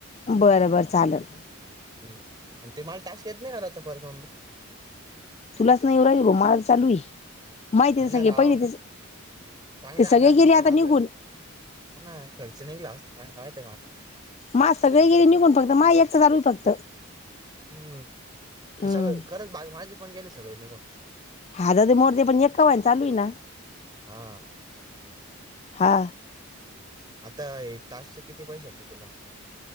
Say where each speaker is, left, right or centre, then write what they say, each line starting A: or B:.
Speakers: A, on the left; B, on the right.
A: बरं बरं चाललं.
B: हम्, आणि ते मला टास्क येत नाही, मला आता परत मम्मी.
A: तुलाच नाही येवून राहिल ब मला चालू ये. माहिती
B: हा
A: ते
B: ना
A: सगळे
B: राव
A: पहिले ते,
B: चांगले
A: ते सगळे
B: आले असते
A: गेले आता
B: तर माझं
A: निघून.
B: <unintelligible>
A: मा सगळे गेले निघून फक्त, माय एकच चालू फक्त.
B: हम्म, ते
A: हम्म
B: सगळं खरंच बाग माझे पण गेले सगळे निघून.
A: हा दा मोर्ते पण एककावा चालू आहे ना,
B: हा
A: हां
B: आता टास्कचे किती पैसे येत तुला?